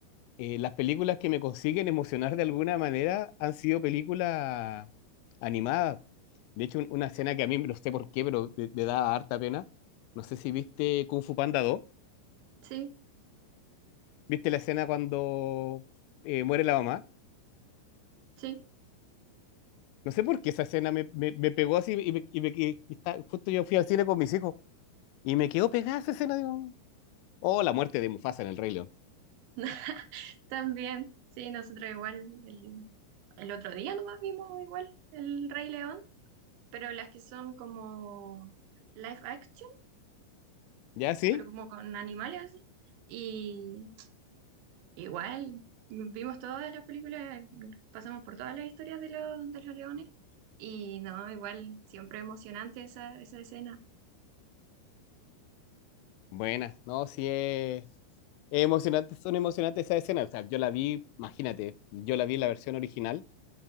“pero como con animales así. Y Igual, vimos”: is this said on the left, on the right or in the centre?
Right